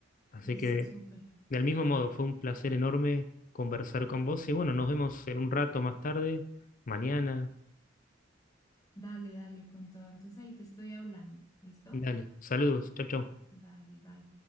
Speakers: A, on the left; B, on the left.
A: Así
B: Eso,
A: que
B: súper.
A: Del mismo modo, fue un placer enorme conversar con vos y bueno, nos vemos en un rato más tarde, mañana.
B: Dale, dale, con todo. Entonces ahí te estoy hablando. ¿Listo?
A: Dale, saludos, chau, chau.
B: Vale, bye.